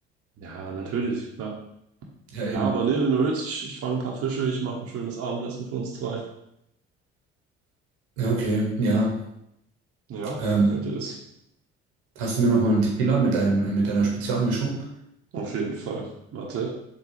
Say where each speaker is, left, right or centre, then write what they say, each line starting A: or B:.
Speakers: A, on the right; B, on the right.
A: ja, natürlich, klar.
B: Ja, eben.
A: Ja, aber nee, wenn du willst, ich, ich fange ein paar Fische, ich mache ein schönes Abendessen für uns zwei.
B: Ja, okay, ja.
A: Ja,
B: Ähm,
A: gefällt dir das?
B: hast du mir noch mal einen Tequila mit deinem, mit deiner Spezialmischung?
A: Auf jeden Fall. Warte,